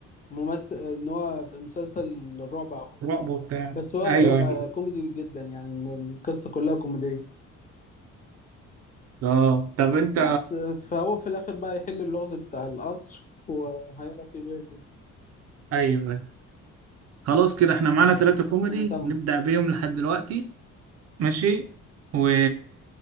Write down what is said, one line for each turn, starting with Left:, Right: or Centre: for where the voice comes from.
Left: ممثل ان هو في مسلسل رعب او حاجه
Right: رقبة وبتاع
Left: بس هو
Right: ايوه
Left: در...
Right: ايوه
Left: آه كوميدي جدا يعني ان القصه كلها كوميديه
Right: اه طب انت
Left: بس آه، فهو في الاخر بقى يحل اللغز بتاع القصر وهيعرف يبيع دي
Right: ايوه خلاص كده احنا معانا ثلاثة كوميدي
Left: انا سامعك
Right: نبدأ بيهم لحد دلوقتي ماشي و...